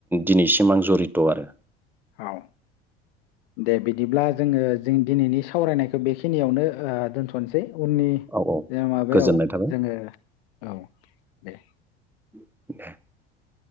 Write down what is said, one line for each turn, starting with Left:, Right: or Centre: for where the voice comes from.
Centre: दिनैसिम आं जरित' आरो
Left: औ दे बिदिब्ला जोङो जों दिनैनि सावरायनायखौ बेखिनियावनो ओ दोनथ'सै। उननि
Centre: औ औ
Left: जे माबायाव
Centre: गोजोननाय थाबाय।
Left: जोङो औ दे।
Centre: <unintelligible>